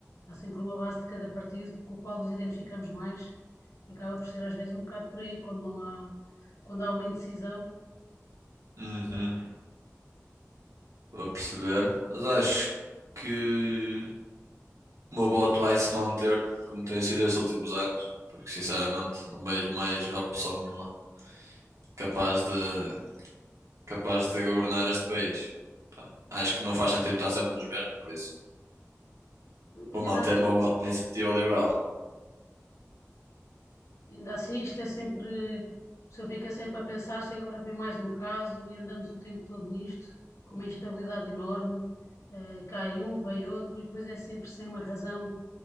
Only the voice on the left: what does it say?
há sempre uma base de cada partido com o qual nos identificamos mais e acaba por ser às vezes um bocado por aí, quando não há, quando há uma indecisão.
ou tem-
Mas
ainda
assim,
Ainda assim, isto é sempre. A pessoa fica sempre a pensar se agora vem mais um caso e andamos o tempo todo nisto, com uma instabilidade enorme. eh, cai um, vem outro, e depois é sempre sem uma razão,